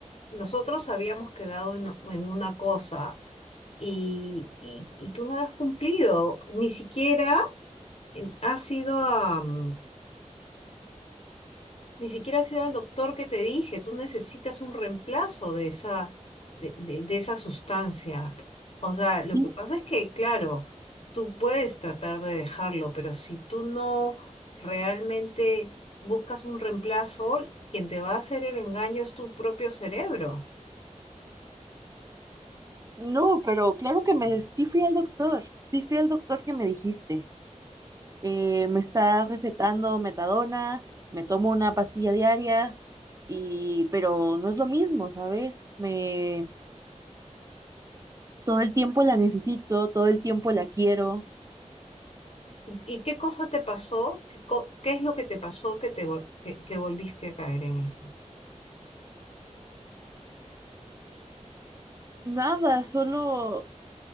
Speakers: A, on the left (about 50°); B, on the right (about 25°).
A: nosotros habíamos quedado en en una cosa. y, y- y tú no lo has cumplido. Ni siquiera has sido a, mm, ni siquiera has sido al doctor que te dije. Tú necesitas un reemplazo de esa, de, de- de esa sustancia. O sea, lo
B: sí.
A: que pasa es que, claro, tú puedes tratar de dejarlo, pero si tú no realmente buscas un reemplazo, quien te va a hacer el engaño es tu propio cerebro.
B: No, pero claro que me, sí fui al doctor, sí fui al doctor que me dijiste. eh, me está recetando metadona, me tomo una pastilla diaria, y, pero no es lo mismo, ¿sabes? Me, todo el tiempo la necesito, todo el tiempo la quiero.
A: ¿Y, y qué cosa te pasó? ¿Qué, co- qué es lo que te pasó que te vol- que, que volviste a caer en eso?
B: Nada, solo